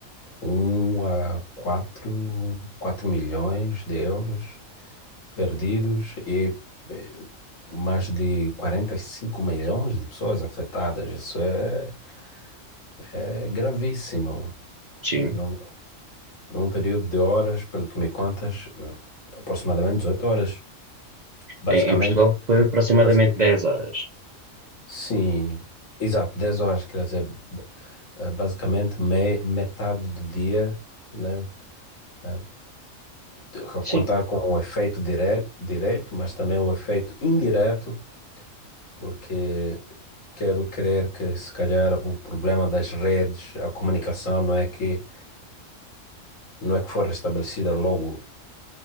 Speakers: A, on the left; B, on the right.
A: um a quatro quatro milhões de euros perdidos e eh, mais de 45 milhões de pessoas afetadas. Isso é, é gravíssimo.
B: Sim.
A: E num, num período de horas, pelo que me contas, eh, aproximadamente 18 horas. Basicamente,
B: Em, em Portugal foi aproximadamente
A: basi-
B: dez horas.
A: sim, exato, 10 horas, quer dizer, b- eh, basicamente me, metade do dia. Né? eh, de-
B: Sim,
A: contar com o efeito dire direto, mas também o efeito indireto porque quero crer que se calhar o problema das redes, a comunicação não é que não é que foi restabelecida logo